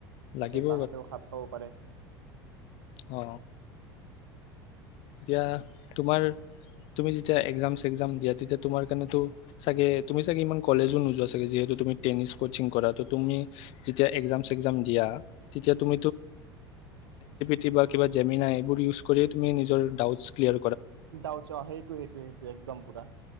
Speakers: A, on the left (about 50°); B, on the right (about 80°).
A: লাগিব
B: যাতে তাহতেও সাপ খাব পাৰে
A: অ এতিয়া তোমাৰ তুমি যেতিয়া এক্জাম চগজাম দিয়া তেতিয়া তুমি যেতিয়া এক্জাম চেকজাম দিয়া তেতিয়া কাৰনেতো চাগে তুমি চাগে ইমান কলেজো নোযোৱাাগে যিহেতুুি টেনি কচিং কৰা তুমি যেতিয়া চাম দিয়া তেতিয়া তুম কিবা কিবা জেমনাই এইবোৰ ইউজ কৰিয় তুমি নিজৰ ডাউটছ্লিয়াৰ
B: দাউ সেইটো সেইটো সেইটো একদম পুৰা